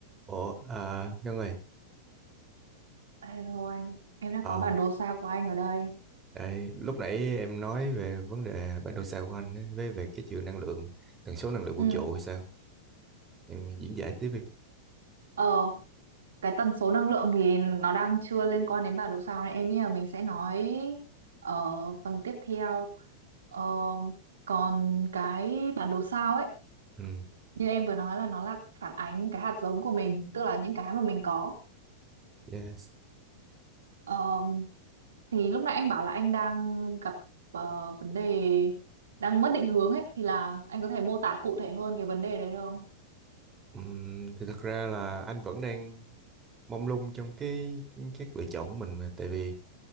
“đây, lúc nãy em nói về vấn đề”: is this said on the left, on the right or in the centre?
Right